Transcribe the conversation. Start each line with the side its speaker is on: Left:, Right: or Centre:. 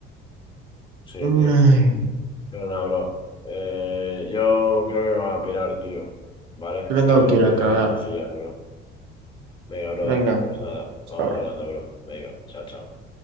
Left: Sí,
Right: Uy,
Left: tío. Pero nada, bro. Eh, yo creo que me voy a pirar, tío. ¿Vale?
Right: yo me tengo
Left: Que tengo
Right: que ir
Left: que
Right: a
Left: hacer
Right: cagar.
Left: unas cosillas, bro. Venga, brother.
Right: Venga,
Left: Pues nada, vamos
Right: hasta ahora.
Left: hablando, bro. Venga, chao, chao.